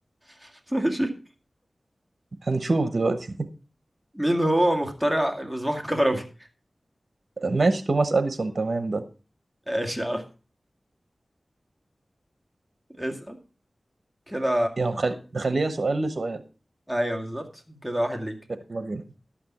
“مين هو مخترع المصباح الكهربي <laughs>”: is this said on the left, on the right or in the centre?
Centre